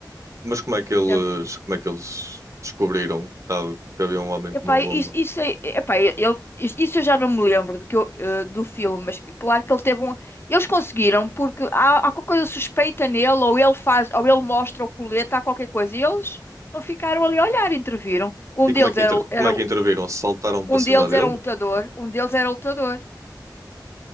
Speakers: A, on the right; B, on the left.
A: Mas como é que
B: Então,
A: eles, como é que eles descobriram que, tava, que havia um homem
B: epá,
A: com uma bomba?
B: isso, isso, é- epá, ele, isso eu já não me lembro do, que eu, eh, do filme, mas claro que ele teve um. Eles conseguiram, porque há, há qualquer coisa suspeita nele, ou ele faz, ou ele mostra o colete, há qualquer coisa. E eles não ficaram ali a olhar, interviram. Um
A: E
B: deles
A: como é que,
B: era,
A: inter,
B: era,
A: como é que interviram? Saltaram para
B: um
A: cima
B: deles
A: dele?
B: era um lutador, um deles era lutador.